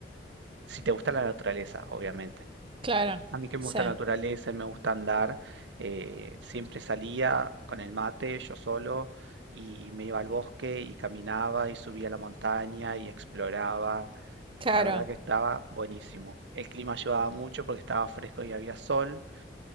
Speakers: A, on the right; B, on the right.
A: si te gusta la naturaleza, obviamente.
B: Claro,
A: A mí que
B: sí,
A: me gusta la naturaleza y me gusta andar, eh, siempre salía con el mate, yo solo, y me iba al bosque y caminaba y subía a la montaña y exploraba.
B: claro,
A: La verdad que estaba buenísimo. El clima ayudaba mucho porque estaba fresco y había sol.